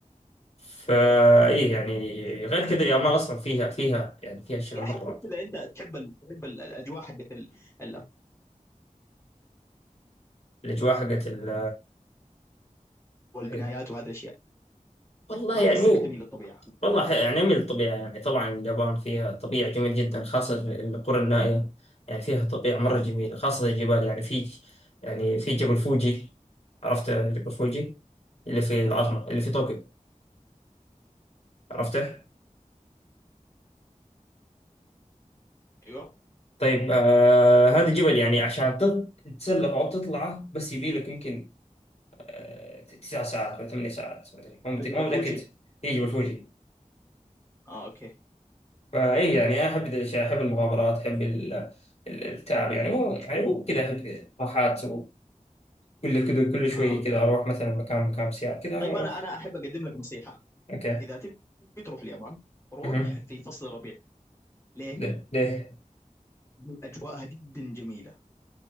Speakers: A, on the left; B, on the left.
A: فإيه
B: إيه.
A: يعني غير كذا اليابان أصلا فيها فيها يعني فيها أشياء
B: يا
A: مرة
B: احسك كذا انت تحب ال... تحب ال- الاجواء حقت ال... ال-
A: الأجواء حقت ال
B: والبنايات
A: حقت
B: وهذه الاشياء
A: والله
B: ما
A: يعني
B: احسك
A: مو
B: تميل للطبيعه
A: والله ح- يعني من الطبيعة يعني طبعا اليابان فيها طبيعة جميلة جدا خاصة في القرى النائية يعني فيها طبيعة مرة جميلة خاصة الجبال يعني في يعني في جبل فوجي عرفت جبل فوجي اللي في العاصمة اللي في طوكيو عرفته
B: ايوه
A: طيب آه هذا الجبل يعني عشان تط- تتسلق أو تطلعه بس يبي لك يمكن آه تسع ساعات ولا ثمانية ساعات ما أدري مو متأكد
B: جبل
A: مو متأكد
B: فوجي
A: هي جبل فوجي
B: اه اوكي
A: فاي يعني انا احب ذي الاشياء احب المغامرات احب ال- ال- التعب يعني مو يعني مو كذا احب راحات كل كده كل شوية
B: اه اوكي
A: كده أروح مثلا مكان مكان ساعة كده أروح
B: طيب انا انا احب اقدم لك نصيحه
A: أوكي
B: اذا تبي تروح اليابان روح
A: مهم.
B: في فصل الربيع ليه؟
A: ليه ليه
B: لأنه اجواءها جدا جميله